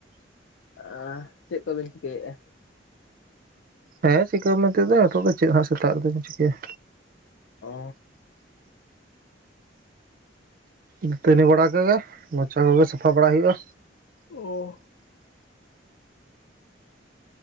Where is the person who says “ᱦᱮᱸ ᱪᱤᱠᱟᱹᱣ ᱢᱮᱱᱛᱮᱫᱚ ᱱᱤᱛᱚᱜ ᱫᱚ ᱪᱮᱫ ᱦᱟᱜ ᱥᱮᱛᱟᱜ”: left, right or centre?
Right